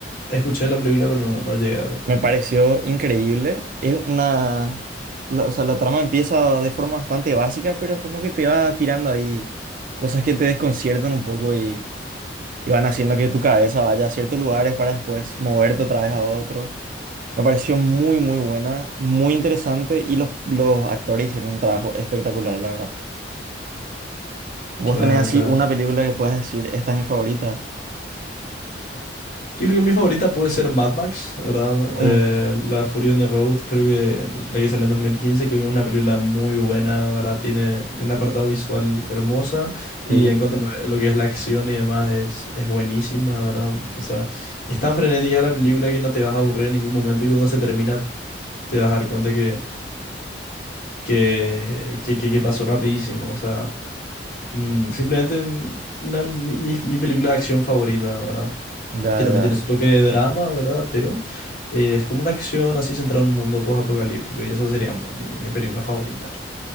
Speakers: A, on the left (about 50°); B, on the right (about 45°).
A: escuché la película, pero no, no llegué a ver.
B: Me pareció increíble. Es una... la- o sea, la trama empieza de forma bastante básica, pero es como que te va tirando ahí cosas que te desconciertan un poco y, y van haciendo que tu cabeza vaya a ciertos lugares para después moverte otra vez a otro. Me pareció muy, muy buena, muy interesante y los, los actores hicieron un trabajo espectacular, la verdad. ¿Vos
A: Claro,
B: tenés así
A: claro.
B: una película que puedas decir, esta es mi favorita?
A: Yo creo que mi favorita puede ser Mad Max, ¿verdad?
B: Mm,
A: Eh, La Fury on the Road, creo que la que salió en 2015, creo que es una película muy buena, ¿verdad? Tiene un apartado visual hermosa y
B: sí,
A: en cuanto a lo, lo que es la acción y demás es, es buenísima, ¿verdad? O sea, es tan frenética la película que no te vas a aburrir en ningún momento y cuando se termina te vas a dar cuenta que, que, que, que que pasó rapidísimo, o sea... Mm, simplemente un- una, mi, mi- mi película de acción favorita, ¿verdad?
B: ya,
A: Que también
B: ya,
A: tiene su toque de drama, ¿verdad? Pero eh, es como una acción así centrada en un mundo post-apocalíptico y esa sería mi, mi película favorita.